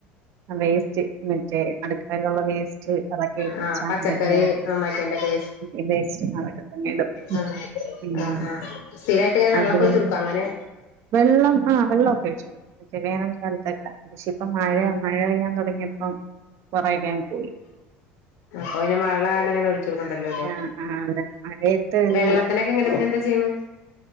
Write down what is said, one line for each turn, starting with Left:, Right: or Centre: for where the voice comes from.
Right: വേസ്റ്റ് മറ്റേ അടുക്കളയിലുള്ള വേസ്റ്റ് ക്ഷേ അതോക്കെ
Left: ആ
Right: ഉച്ച
Left: പച്ചക്കറി
Right: അകുംപോയെ അത്
Left: നന്നാക്കിയന്റെക്കെ
Right: അ വേസ്റ്റ് അതോക്കെ തന്നെ ഇടും
Left: അ
Right: ഉം
Left: അ ആ സ്ഥിരായിട്ട് ഇങ്ങനെ വെള്ളക്കോയിച്ച്
Right: അത്
Left: കോടുക്കും അങ്ങനെ
Right: വെള്ളം ആ വെള്ളഒക്കെ ഒഴിച്ചു കൊടുക്കും വേനൽക്കാലത്തോക്കെ പക്ഷേ ഇപ്പം മഴ
Left: ആ
Right: മഴ പെയ്യാൻ തുടങ്ങിയപ്പം കോറെയൊക്കെ അങ്ങ് പോയി
Left: ഇപ്പൊ പിന്നെ മഴ ഉള്ള കാരണം അങ്ങനെ ഒഴി ചുകോടുക്കണ്ടല്ലോ അല്ലേ
Right: ആ ആ മഴയത്ത് ഇത്
Left: വെള്ളത്തിനെക്കെ എങ്ങന എന്താ ചെയ്യണ്